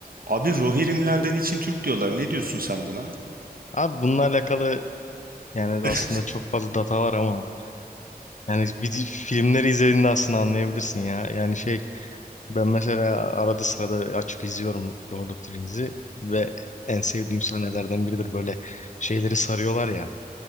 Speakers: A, on the right (about 65°); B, on the left (about 50°).
A: Abi Rohirrimlerden için Türk diyorlar. Ne diyorsun sen buna?
B: Abi bununla alakalı yani
A: <laughs>
B: aslında çok fazla data var ama yani vide- filmleri izlediğinde aslında anlayabilirsin ya. Yani şey ben mesela arada sırada açıp izliyorum Lord of the Rings'i ve en sevdiğim sahnelerden biridir böyle şeyleri sarıyorlar ya.